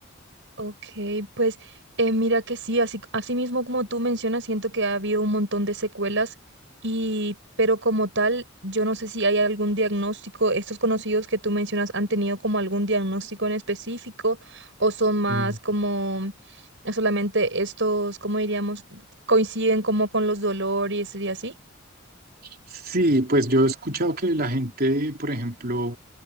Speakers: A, on the right; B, on the right.
A: Ok, pues eh, mira que sí, así, así mismo como tú mencionas, siento que ha habido un montón de secuelas y, pero como tal, yo no sé si hay algún diagnóstico, estos conocidos que tú mencionas han tenido como algún diagnóstico en específico o son más
B: Mm.
A: como eh, solamente estos, ¿cómo diríamos? Coinciden como con los dolores y así.
B: Sí, pues yo he escuchado que la gente, por ejemplo,